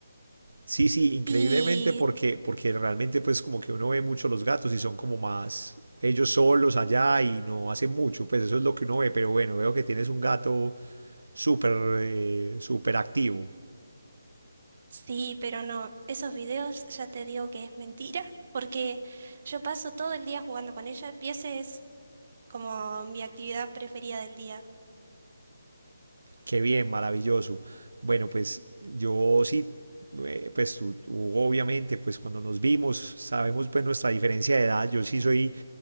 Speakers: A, on the right; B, on the right.
A: sí, sí, increíblemente
B: Y
A: porque, porque realmente pues como que uno ve mucho los gatos y son como más ellos solos allá y no hacen mucho, pues eso es lo que uno ve, pero bueno, veo que tienes un gato súper eh, súper activo.
B: sí, pero no, esos videos ya te digo que es mentira, porque yo paso todo el día jugando con ella y esa es como mi actividad preferida del día.
A: Qué bien, maravilloso. Bueno, pues yo sí, eh, pues tú, tú, obviamente, pues cuando nos vimos, sabemos pues nuestra diferencia de edad. Yo sí soy